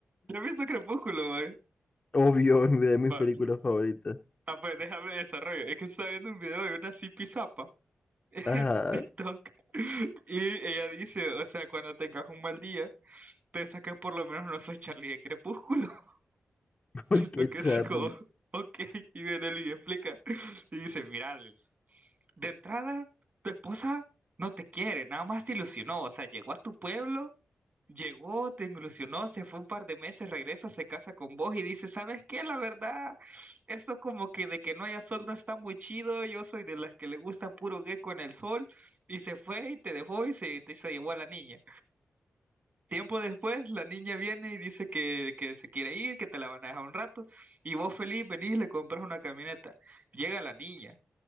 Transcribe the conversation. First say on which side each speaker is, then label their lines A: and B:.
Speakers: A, on the right (about 40°); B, on the left (about 25°).
A: Yo he visto Crepúsculo, güey.
B: obvio, es de mis
A: Va.
B: películas favoritas.
A: Ah, pues déjame desarrollo. Es que se está viendo un video de una Zipi en
B: Ajá,
A: TikTok <laughs> y ella dice, o sea, cuando tengas un mal día, piensa que por lo menos no sos Charlie de Crepúsculo. <laughs>
B: <laughs> porque
A: Lo que
B: Charlie.
A: así como, ok, y viene él y explica. Y dice, mira, Alex, de entrada, tu esposa no te quiere, nada más te ilusionó, o sea, llegó a tu pueblo Llegó, te ilusionó, se fue un par de meses, regresa, se casa con vos y dice, ¿sabes qué? La verdad, esto como que de que no haya sol no está muy chido, yo soy de las que le gusta puro gecko en el sol, y se fue y te dejó y se, te- se llevó a la niña. Tiempo después, la niña viene y dice que, que se quiere ir, que te la van a dejar un rato, y vos feliz venís y le compras una camioneta. Llega la niña,